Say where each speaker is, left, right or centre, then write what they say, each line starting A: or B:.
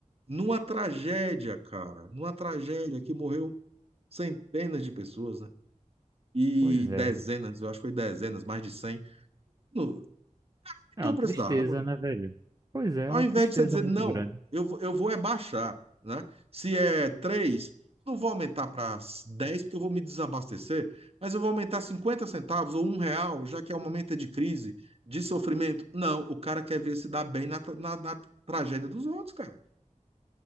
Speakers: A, on the right (about 50°); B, on the right (about 30°).
A: Numa tragédia, cara. Numa tragédia que morreu centenas de pessoas, né? E
B: Pois
A: dezenas,
B: é.
A: eu acho que foi dezenas, mais de cem No, aumentou
B: É uma
A: o preço
B: tristeza,
A: da água.
B: né, velho? Pois é,
A: Ao
B: é uma
A: invés
B: tristeza
A: de você dizer,
B: muito
A: não,
B: grande.
A: eu, vou- eu vou é baixar, né? Se é 3, não vou aumentar para 10 porque eu vou me desabastecer, mas eu vou aumentar 50 centavos ou um real, já que é um momento de crise, de sofrimento. Não, o cara quer ver se dá bem na, tra- na, na tragédia dos outros, cara.